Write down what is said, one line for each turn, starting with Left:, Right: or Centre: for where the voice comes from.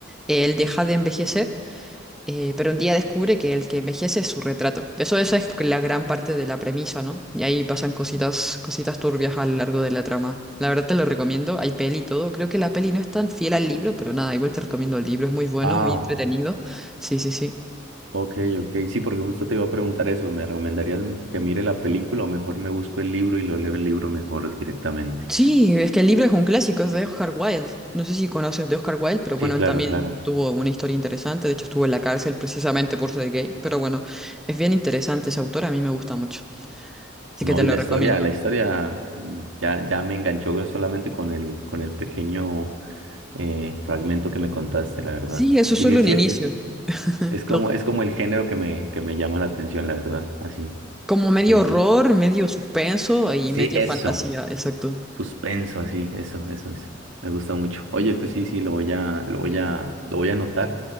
Centre: Él deja de envejecer. Eh, pero un día descubre que el que envejece es su retrato. Eso, esa es la gran parte de la premisa, ¿no? Y ahí pasan cositas, cositas turbias a lo largo de la trama. La verdad te lo recomiendo, hay peli y todo. Creo que la peli no es tan fiel al libro, pero nada, igual te recomiendo el libro, es muy bueno,
Right: Ah.
Centre: muy entretenido. Sí, sí, sí.
Right: Ok, ok, sí, porque justo te iba a preguntar eso. ¿Me recomendarías que mire la película o mejor me busco el libro y lo leo el libro mejor directamente?
Centre: Sí, es que el libro es un clásico, es de Oscar Wilde. No sé si conoces de Oscar Wilde, pero
Right: Sí,
Centre: bueno,
Right: claro,
Centre: él también
Right: claro.
Centre: tuvo una historia interesante. De hecho, estuvo en la cárcel precisamente por ser gay. Pero bueno, es bien interesante ese autor, a mí me gusta mucho. Así
Right: No,
Centre: que te
Right: y
Centre: lo
Right: la
Centre: recomiendo.
Right: historia, la historia mm, ya, ya me enganchó solamente con el, con el pequeño eh, fragmento que me contaste, la verdad.
Centre: Sí, eso
Right: Sigue,
Centre: es solo
Right: sí,
Centre: un inicio.
Right: es, es, es como,
Centre: Lo-
Right: es como el género que me, que me llama la atención, la verdad, así.
Centre: como medio
Right: Entonces,
Centre: horror, medio suspenso y
Right: sí,
Centre: medio
Right: eso.
Centre: fantasía, exacto.
Right: Suspenso, así, eso, eso, eso. Me gusta mucho. Oye, pues sí, sí, lo voy a, lo voy a, lo voy a anotar